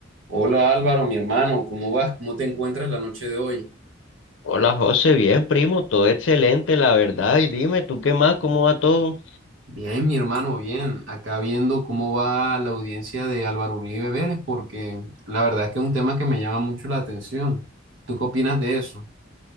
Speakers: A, on the right; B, on the left.
A: Hola Álvaro, mi hermano, ¿cómo vas? ¿Cómo te encuentras la noche de hoy?
B: Hola José, bien primo, todo excelente, la verdad. Y dime, ¿tú qué más? ¿Cómo va todo?
A: Bien, mi hermano, bien. Acá viendo cómo va la audiencia de Álvaro Uribe Vélez, porque la verdad es que es un tema que me llama mucho la atención. ¿Tú qué opinas de eso?